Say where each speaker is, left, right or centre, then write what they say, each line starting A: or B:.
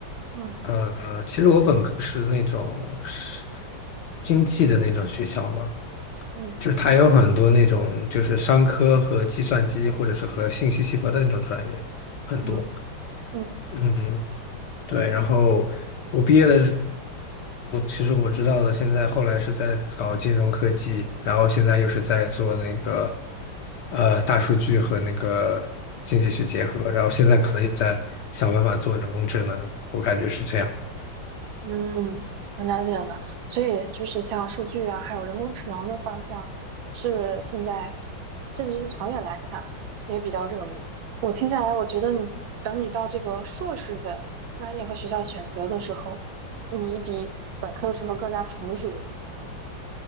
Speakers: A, on the right (about 75°); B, on the left (about 65°).
A: 嗯
B: 嗯，其实我本科是那种是经济的那种学校嘛，
A: 嗯
B: 就是它有很多那种就是商科和计算机或者是和信息系合的那种专业很多。
A: 嗯嗯。
B: 嗯，对，然后。我毕业的。我其实我知道的，现在后来是在搞金融科技，然后现在又是在做那个呃大数据和那个经济学结合，然后现在可能也在想办法做人工智能，我感觉是这样。
A: 嗯，我了解了，所以就是像数据啊，还有人工智能的方向，是现在比，甚至是长远来看也比较热门。我听下来，我觉得你等你到这个硕士的专业和学校选择的时候，你比本科的时候更加成熟了，